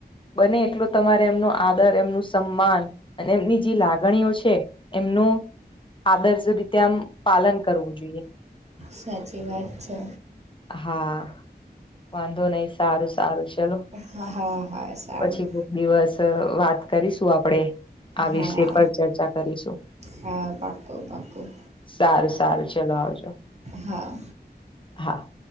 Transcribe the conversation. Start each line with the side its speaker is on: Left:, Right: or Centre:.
Left: બને એટલો તમારે એમનો આદર કરવો જોઈએ, એમનું સન્માન કરવું જોઈએ અને એમની જે લાગણીઓ છે એમનું આદર્શ રીતે આમ પાલન કરવું જોઈએ.
Right: સાચી વાત છે.
Left: હા વાંધો નહીં સારું સારું ચલો
Right: હા હા હા સારું
Left: પછી કોક દિવસ વાત કરીશું આપડે આ
Right: હા
Left: વિષય પર ચર્ચા કરીશું.
Right: હા પાક્કું પાક્કું
Left: સારું સારું ચલો આવજો.
Right: હા.
Left: હા.